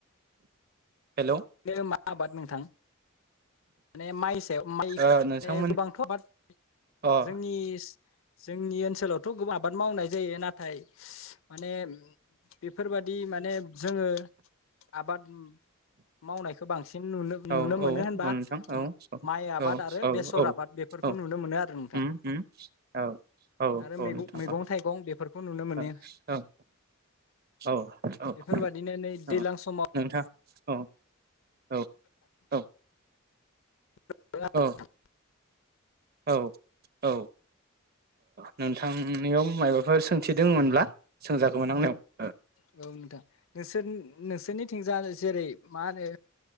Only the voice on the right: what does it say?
हेल
ओ नोंथांमोन
अ औ
औ
औ
औ नोंथां औ औ
औ
औ
औ
उम उम औ औ
नोंथां
औ औ औ
औ
नोंथां औ औ औ
औ औ औ नोंथांनियाव माबाफोर सोंथिदोंमोनब्ला सोंजाखगौमोन आंनियाव औ